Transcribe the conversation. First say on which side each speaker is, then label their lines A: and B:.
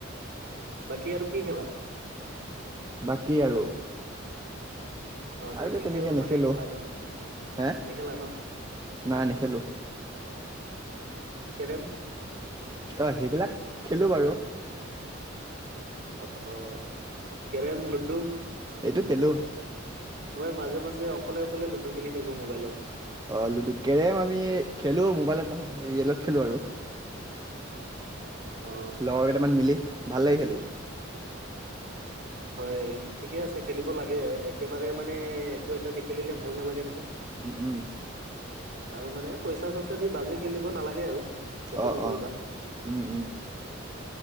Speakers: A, on the right; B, on the right.
A: বাকি আৰু কি খেলা?
B: বাকী আৰু,
A: অ কি
B: আৰুতো
A: কি
B: তেনেকে
A: খেল
B: নেখেলো,
A: মানে খেলা তুমি
B: হে
A: নেখেলা ন
B: নাই নেখেলো।
A: কেৰেম,
B: অ সেইবিলাক খেলোঁ বাৰু।
A: অ অ, কেৰেম, লুডু।
B: এইটো খেলো।
A: মই মাজে মাজে অকলে অকলে লুডু খেলি থাকো মোবাইলত।
B: অ' লুডু, কেৰেম আমি খেলো মোবাইলত নহয় মানে ৰিয়েলত খেলো আৰু।
A: অ
B: লগৰ কেইটামান মিলি ভাল লাগি খেলি।
A: হয় ঠিকে আছে, খেলিব লাগে একেবাৰে মানে একো এটা নেখেলিলে ভাল নালাগে নহয়।
B: উম, উম।
A: আৰু মানে পইচা চইচা দি বাজি খেলিব নালাগে আৰু। সেইটো
B: অ'
A: নকৰিবা
B: অ' উম, উম।